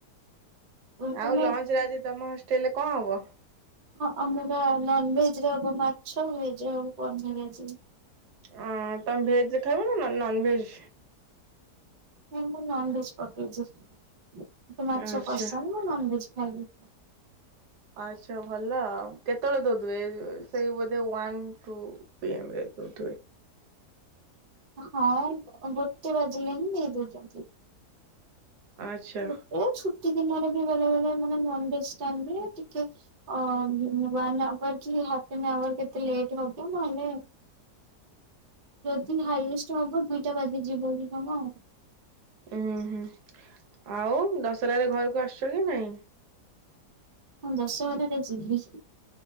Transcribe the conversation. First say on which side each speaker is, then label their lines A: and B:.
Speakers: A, on the right; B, on the right.
A: ଓ ତୁମେ
B: ଆଉ ଲଞ୍ଚରେ ଆଜି ତମ ହଷ୍ଟେଲ ରେ କଁ ହବ?
A: ହଁ ଆମର ନନ ଭେଜ ରେ ହବ ମାଛ ଭେଜ ରେ ହବ ପନିର ଆଜି।
B: ଅ ତମେ ଭେଜ ଖାଇବ ନା ନ ନନ ଭେଜ।
A: ନାଇଁ ମୁଁ ନନଭେଜ ପକେଇଛି ମତେ ମାଛ
B: ଆଚ୍ଛା
A: ପସନ୍ଦ ମୁଁ ନନଭେଜ। ଖାଇବି।
B: ଆଛା ଭଲ ଆଉ କେତେବେଳେ ଦଉଥିବେ ସେଇ ବୋଧେ ୱାନ ଟୁ ପି ଏମ ରେ। ଦଉଥିବେ।
A: ହଁ ଗୋଟେ ବାଜିଲେ ହିଁ ଦେଇ ଦଉଛନ୍ତି।
B: ଆଚ୍ଛା
A: ଗୋଟେ ଛୁ ଟି ଦିନରେ ବି ବେଳେ ବେଳେ ମାନେ ନନ ଭେଜ ଟାଇମ ରେ ଟିକେ ଅ ୱାନ ଆୱାର କି ହାପେନ ଆୱାର କେତେ ଲେଟ ହବ ନହେଲେ। ଯଦି ହାଇଏଷ୍ଟ ହବ ଦୁଇଟା ବାଜି ଯିବ କି କଣ।
B: ଉୁଁ ହୁଁ ଆଉ ଦଶରାରେ ରେ ଘରକୁ ଆସୁଛ କି ନାଇଁ?
A: ହଁ ଦଶହରା ରେ ଯିବି